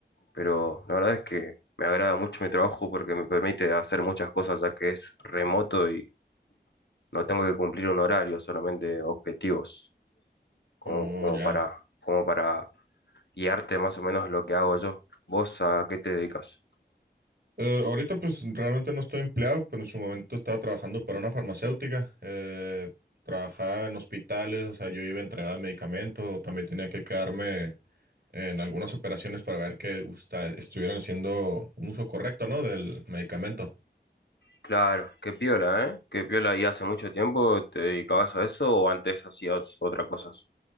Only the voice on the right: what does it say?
Oh,
ya.
Eh, ahorita pues realmente no estoy empleado, pero en su momento estaba trabajando para una farmacéutica. Eh, trabajaba en hospitales, o sea, yo iba a entregar medicamentos, o también tenía que quedarme en algunas operaciones para ver que usta- estuvieran haciendo un uso correcto, ¿no? Del medicamento.